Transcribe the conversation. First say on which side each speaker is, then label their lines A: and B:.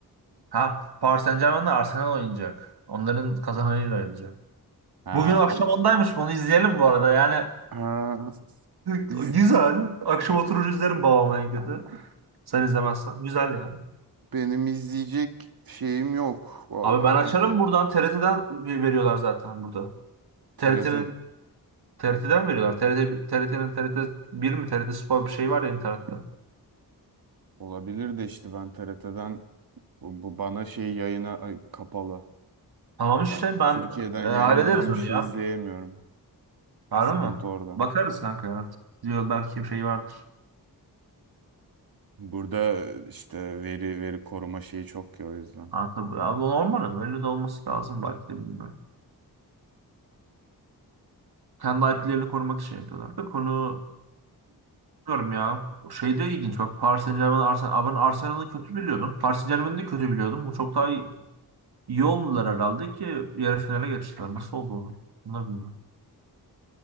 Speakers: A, on the right; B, on the right.
A: Ha Paris Saint-Germain'le Arsenal oynayacak. Onların kazananıyla ayrılacak.
B: Ha
A: Bugün akşam
B: o
A: ondaymış. Bunu izleyelim bu arada. Yani
B: ha,
A: <laughs>
B: iz-
A: güzel. Akşam oturur izlerim babamla en kötü. Sen izlemezsen. Güzel yani.
B: benim izleyecek şeyim yok vallahi.
A: Abi ben açarım
B: E,
A: buradan. TRT'den veriyorlar zaten burada.
B: TRT
A: TRT'nin TRT'den veriyorlar. TRT, TRT'nin TRT bir mi TRT Spor bir şey var ya internette.
B: olabilir de işte ben TRT'den Bu, bu bana şey yayına ay, kapalı.
A: Tamam işte
B: Ben
A: ben
B: Türkiye'den
A: e, hallederiz
B: yayınlanan
A: onu
B: bir şey
A: ya.
B: izleyemiyorum.
A: Var
B: Sıkıntı
A: mı?
B: orada.
A: Bakarız kanka artık. Diyor belki bir şey vardır.
B: Burada e, işte veri veri koruma şeyi çok ya o yüzden.
A: Kanka, bu- abi normal ama öyle de olması lazım belki de bilmiyorum. Kendi IP'lerini korumak için yapıyorlar. Da konu bilmiyorum ya. Şey de ilginç bak Paris Saint-Germain, Arsenal. Ben Arsenal'ı kötü biliyordum. Paris Saint-Germain'i de kötü biliyordum. Bu çok daha iyi, iyi oldular herhalde ki yarı finale geçtiler. Nasıl oldu oğlum? Bunlar bilmiyorum.